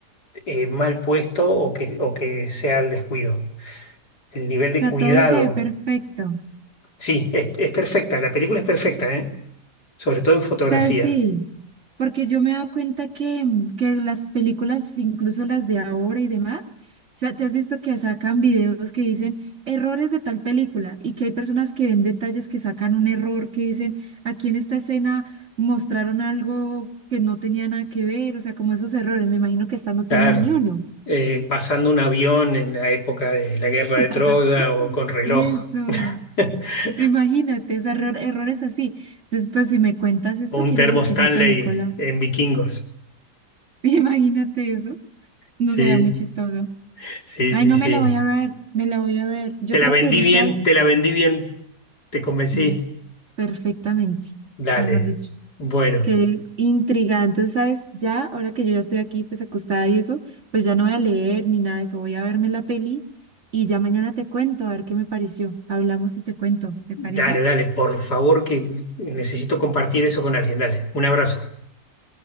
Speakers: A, on the left; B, on the right.
A: eh, mal puesto o que, o que sea el descuido. El nivel de
B: o sea,
A: cuidado,
B: todo se ve perfecto,
A: sí, es, es perfecta, la película es perfecta, ¿eh? Sobre todo en fotografía,
B: sea, sí, porque yo me he dado cuenta que, mm, que las películas, incluso las de ahora y demás, o sea, te has visto que sacan videos que dicen errores de tal película y que hay personas que ven detalles que sacan un error, que dicen aquí en esta escena mostraron algo que no tenía nada que ver, o sea, como esos errores, me imagino que esta no tenía
A: claro.
B: ni uno.
A: Eh, pasando un avión en la época de la guerra
B: <laughs>
A: de Troya o con reloj
B: Eso,
A: <laughs>
B: imagínate, o sea, error- errores así. Entonces, pues si me cuentas esto,
A: o un
B: quiere
A: termo
B: decir
A: Stanley
B: que esa película,
A: en Vikingos.
B: <laughs> imagínate No
A: Sí,
B: sería muy chistoso.
A: sí,
B: Ay,
A: sí,
B: no
A: sí.
B: me la voy a ver, me la voy a ver. Yo
A: Te
B: creo
A: la vendí
B: que ahorita,
A: bien, te la vendí bien, te convencí.
B: no, perfectamente,
A: Dale.
B: mejor dicho.
A: Bueno.
B: Quedé intrigada. Entonces, ¿sabes? Ya, ahora que yo ya estoy aquí, pues acostada y eso, pues ya no voy a leer ni nada de eso. Voy a verme la peli y ya mañana te cuento, a ver qué me pareció. Hablamos y te cuento, ¿te parece?
A: Dale, dale, por favor, que necesito compartir eso con alguien. Dale, un abrazo.